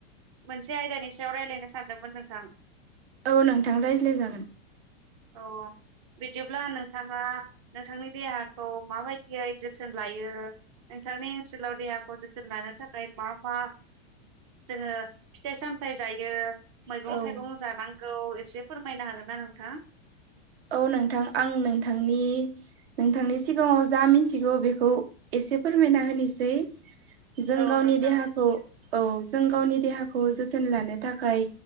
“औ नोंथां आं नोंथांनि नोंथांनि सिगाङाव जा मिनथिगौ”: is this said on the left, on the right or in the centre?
Right